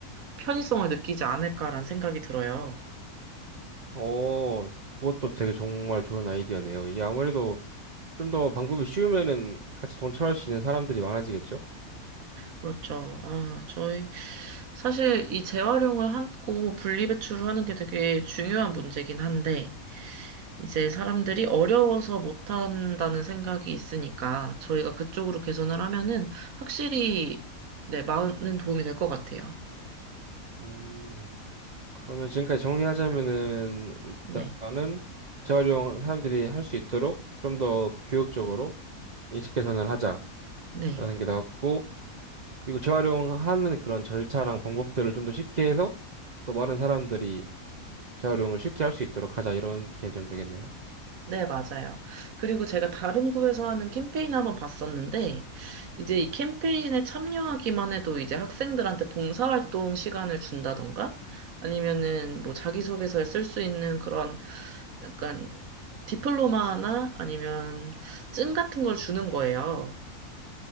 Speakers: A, on the right; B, on the right.
A: 편의성을 느끼지 않을까라는 생각이 들어요.
B: 오, 그것도 되게 정말 좋은 아이디어네요. 이게 아무래도 좀 더 방법이 쉬우면은 같이 돈 처할 수 있는 사람들이 많아지겠죠?
A: 그렇죠. 아, 저희 사실 이 재활용을 하고 분리배출을 하는 게 되게 중요한 문제긴 한데 이제 사람들이 어려워서 못한다는 생각이 있으니까 저희가 그쪽으로 개선을 하면은 확실히 네, 많은 도움이 될 것 같아요.
B: 음, 그러면 지금까지 정리하자면은 일단은
A: 네.
B: 재활용 사람들이 할 수 있도록 좀 더 교육적으로 인식 개선을 하자라는
A: 네.
B: 게 나왔고, 그리고 재활용하는 그런 절차랑 방법들을 좀 더 쉽게 해서 또 많은 사람들이 재활용을 쉽게 할 수 있도록 하자 이런 게 좀 되겠네요.
A: 네, 맞아요. 그리고 제가 다른 구에서 하는 캠페인 한번 봤었는데, 이제 이 캠페인에 참여하기만 해도 이제 학생들한테 봉사활동 시간을 준다던가, 아니면은 뭐 자기소개서에 쓸 수 있는 그런 약간 디플로마나 아니면 증 같은 걸 주는 거예요.